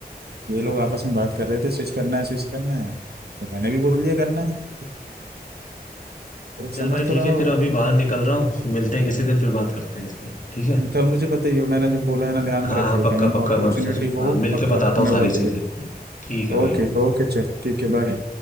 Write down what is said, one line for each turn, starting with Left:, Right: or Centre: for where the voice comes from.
Right: ये
Left: <laughs>
Right: लोग आपस में बात कर रहे थे स्विच करना है स्विच करना है तो मैंने भी बोल दिया करना है तो
Left: चल
Right: समझ
Left: भाई
Right: तो
Left: ठीक
Right: रहा
Left: है
Right: होगा
Left: फिर अभी
Right: भाई
Left: बाहर निकल रहा हूँ मिलते हैं किसी दिन फिर बात करते हैं इस पे ठीक है
Right: कल मुझे बताइए मैंने जो बोला है ना
Left: हाँ
Right: ध्यान में रखियो
Left: हाँ पक्का
Right: कहीं
Left: पक्का
Right: अपॉर्चुनिटी
Left: मैं सच
Right: हो
Left: हाँ मिल
Right: पक्का
Left: के बताता
Right: मेरे
Left: हूँ सारी
Right: को बताइए
Left: चीजें हम्म, ठीक है भाई
Right: ओके
Left: ओके
Right: ओके चल ठीक है बाय